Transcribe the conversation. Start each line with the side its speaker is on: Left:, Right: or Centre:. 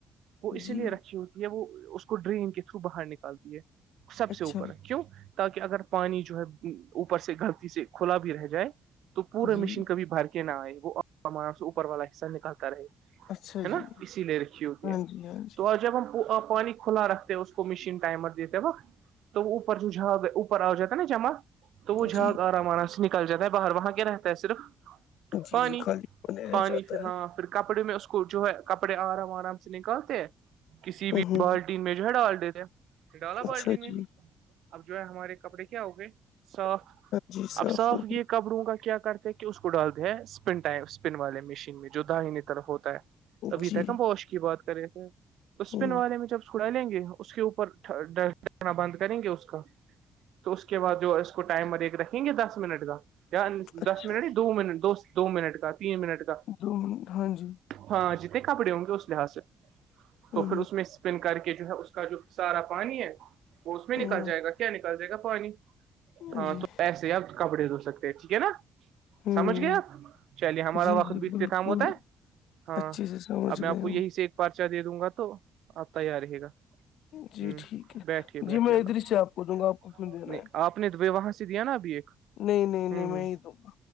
Left: ہوں
Right: وہ اسی
Left: جی
Right: لیے رکھی ہوتی ہے وہ اس کو ڈرین کے تھرو باہر نکالتی ہے سب سے
Left: اچھا
Right: اوپر کیوں تاکہ اگر پانی جو ہے اوپر سے گھھرتی سے کھلا بھی رہ جائے تو پورا
Left: جی
Right: مشین کبھی بھر کے کہ نہ آ ہے وہ ہمار سے اوپر والا حصہ نکلتا رہے ہے
Left: اچھا
Right: نا
Left: جی
Right: اسی لیے رکھی ہوتی
Left: ہاں
Right: ہے
Left: جی ہاں جی
Right: تو اور جب ہم پانی کھلا رکھتے اس کو مشین ٹائمر دیتے توپر جو جا گپر آ جاتتا نا جم تو وہ جھاگ
Left: جی
Right: آرام آرام سے نکل جاتا ہے باہر وہاں کیا رہتا ہے صرف
Left: جی
Right: پانی
Left: جی خالی ہونے
Right: پانی
Left: رہ جاتا
Right: پھر ہاں پھر کپڑے میں اس کو جو ہے کپڑے آرام آرام سے نکالتے کسی
Left: ہے
Right: بھی
Left: ہ
Right: بالٹین میں جو ہے ڈال دیتے ڈالا بالٹین
Left: اچھا
Right: میں
Left: جی
Right: بھی اب جو ہے ہمارے کپڑے کیا ہو گئے صاف
Left: ہاں جی
Right: اب صاف
Left: ہو
Right: یہ کبڑروں کا کیا کرتے ہیں کہ اس کو ڈالتے ہیں اسپن والے مشین میں جو دائنی طر ہوتا ہے
Left: گئی
Right: ابھی
Left: جی
Right: تک ہم ووش کی بات کرے تھے تو اس
Left: ہوں
Right: پن والے میں جب ڑا لیں گے اس کے اوپر ڈنا بند کریں گے اس کا تو اس کے بعد جو ٹائم ا ایک رکھیں گے دس منٹ کا یا
Left: اچھا
Right: دس منٹ ہی دو منٹ دو منٹ کا تین منٹ کا
Left: دو منٹ ہاں جی
Right: ہاں جتنے کپڑے ہوں گے اس لحاظ سے
Left: ہوں
Right: تو پھر اس میں پن کر کے جو ہے اس کا جو سارا پانی ہے وہ اس
Left: ہوں
Right: میں نکل جائے گا کیا نکل جائے گا پانی
Left: ہوں
Right: ہاں
Left: جی
Right: تو ایسے ہی آپ کپڑے دھو سکتے ٹھیک ہے نا
Left: ہوں
Right: سمجھ گئے آپ چلیے ہمارا
Left: جی
Right: وقت
Left: جی
Right: بھی
Left: بالکل
Right: ات کاام ہوتا ہے ہاں
Left: اچھے سے سمجھ
Right: اب میں
Left: گئے
Right: آپ کو
Left: ہم
Right: یہی سے پرچا دے دوں گا تو آ تی رہے گا
Left: جی
Right: ہ
Left: ٹھیک ہے
Right: بیٹھیے بیٹھیے
Left: جی میں
Right: اللہ
Left: ادھر
Right: حافظ
Left: سے آپ کو دوں گا آپ کو کیوں دینا
Right: نہیں
Left: ہے
Right: آپ نے وہاں سے دیا نا ابھی ایک
Left: نہیں نہیں
Right: ہ
Left: نہیں
Right: ہ
Left: میں ہی دوں گا